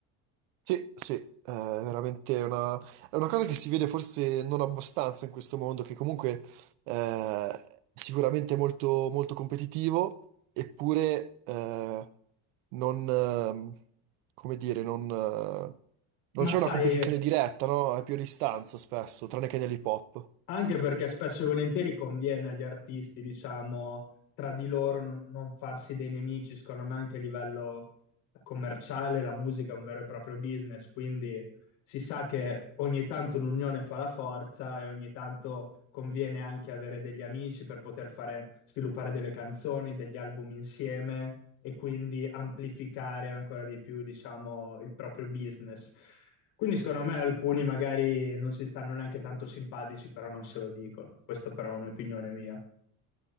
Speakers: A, on the right; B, on the left.
A: Sì, sì, è veramente una, è una cosa che si vede forse non abbastanza in questo mondo, che comunque eh, sicuramente è molto, molto competitivo, eppure eh, non, ehm, come dire, non, eh, non
B: Ma
A: c'è
B: sai,
A: una competizione diretta, no? È più a distanza
B: s-
A: spesso, tranne che nell'hip hop.
B: anche perché spesso e volentieri conviene agli artisti, diciamo, tra di loro non, non farsi dei nemici, secondo me anche a livello commerciale la musica è un vero e proprio business, quindi si sa che ogni tanto l'unione fa la forza e ogni tanto conviene anche avere degli amici per poter fare, sviluppare delle canzoni, degli album insieme e quindi amplificare ancora di più, diciamo, il proprio business. Quindi secondo me alcuni magari non si stanno neanche tanto simpatici, però non se lo dicono. Questa però è un'opinione mia.